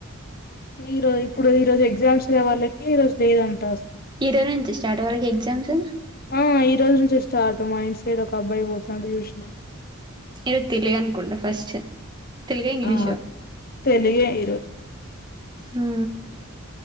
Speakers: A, on the left; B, on the right.
A: ఈ రజు ఇప్పుడు ఈ రోజు ఎగ్జామ్స్ వాళ్ళకి ఈ రోజు లేదంటారు
B: ఈ రోజు నుంచి స్టార్ట్ వాళ్ళకి ఎగ్జామ్స్
A: ఆ ఈ రోజు నుంచే స్టార్ట్ మా ఇండ్ సైడ్ ఒక అబ్బాయి పోతుాంది చూసిన
B: ఈ రోజు తెలుగను కుంట ఫస్ట్ తెలుగో ఇంగ్లీషో
A: ఆ తెలుగే ఈరోజు
B: ఉ